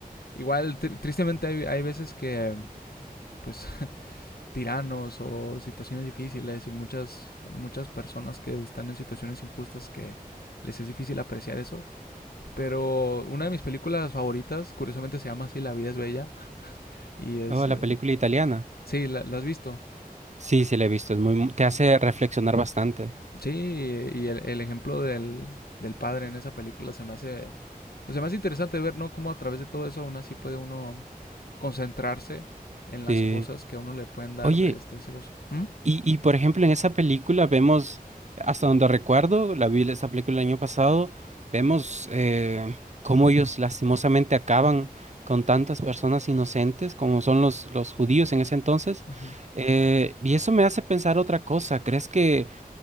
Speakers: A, on the left; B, on the right.
A: Igual, tr- tristemente hay, hay veces que, pues, <laughs> tiranos o situaciones difíciles y muchas, muchas personas que están en situaciones injustas que les es difícil apreciar eso. Pero una de mis películas favoritas, curiosamente se llama así, La vida es bella, y es...
B: Oh, la
A: eh,
B: película italiana.
A: Sí, la, la has visto.
B: Sí, sí, la he visto. Es muy, mu- te hace reflexionar bastante.
A: Sí, y el, el ejemplo del, del padre en esa película se me hace, pues se me hace interesante ver, ¿no? Cómo a través de todo eso aún así puede uno concentrarse en las
B: Sí.
A: cosas que a uno le pueden dar
B: Oye,
A: este, ese gozo. ¿Mm?
B: Y, y, por ejemplo, en esa película vemos, hasta donde recuerdo, la vi esa película el año pasado, vemos eh, cómo ellos lastimosamente acaban con tantas personas inocentes como son los, los judíos en ese entonces.
A: Ujú.
B: Eh, y eso me hace pensar otra cosa. ¿Crees que,